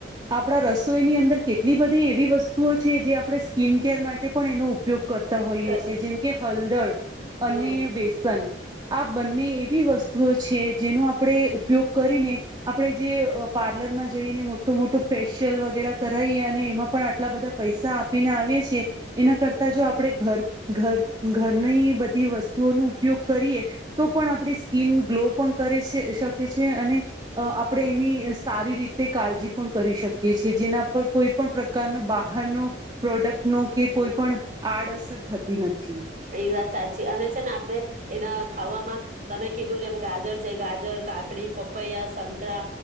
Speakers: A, on the right; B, on the right.
A: આપણા રસોઈની અંદર કેટલી બધી એવી વસ્તુઓ છે જે આપણે સ્કીિન કેર માટે પણ એનો ઉપયોગ કરતા હોઈએ
B: કર
A: છીએ જેમ કે હલદળ. અને
B: હમ
A: બેસન. આ બંને એવી વસ્તુઓ છે જેનો આપણે ઉપયોગ કરીને, આપણે જે પાર્લર માં જઈને મોટું મોટું ફેશિયલ વગેરે રહી અને એમાં પણ આટલા બધા પૈસા આપીને આવીએ છેએ, એના કરતા જો આપડે ઘર ઘર. ઘરની બધી વસ્તુઓનો ઉપયોગ કરીએ તો પણ આપણી સ્કીન ગ્લો પણ કરે છે. શકે છે અને આપણે એની સારી રીતે કાળજી પણ કરી શકીએ છી જેના પર કોઈ. પણ પ્રકારનો બહારનો પ્રોડક્ટનો કે કોઈ પણ આડઅસર થતી નથી.
B: એ વાત સાચી અને છે ને આપડે એના. ખાવામાં તમે કીધું જેમ ગાજર છે ગાજર કાકડી પપૈયા સંતરા